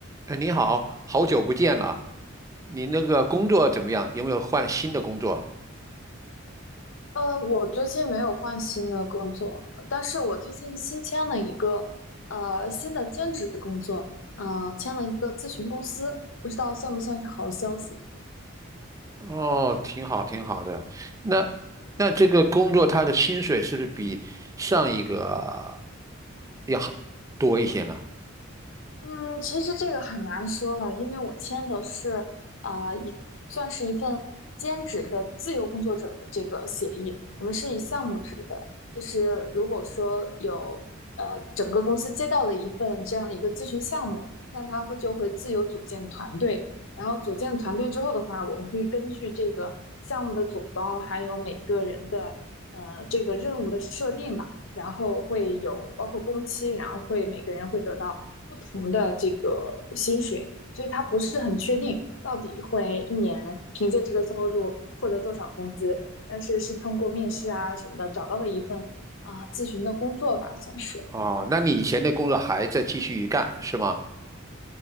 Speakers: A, on the right; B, on the left.
A: 哎，你好，好久不见了，你那个工作怎么样？有没有换新的工作？
B: 呃，我最近没有换新的工作，但是我最近新签了一个呃新的兼职工作，呃，签了一个咨询公司，不知道算不算是好消息？
A: 哦，挺好，挺好的。那那这个工作他的薪水是不是比上一个要好多一些呢？
B: 嗯，其实这个很难说了，因为我签的是呃一算是一份兼职的自由工作者的这个协议，我们是以项目制的，就是如果说有呃整个公司接到了一份这样的一个咨询项目，那他会就会自由组建团队，然后组建团队之后的话，我们会根据这个项目的总包，还有每个人的呃这个任务的设定吧，然后会有包括工期，然后会每个人会得到。不同的这个薪水，所以他不是很确定到底会一年凭借这个收入获得多少工资，但是是通过面试啊什么的找到了一份啊、呃咨询的工作吧，算是。
A: 哦，那你以前的工作还在继续干是吗？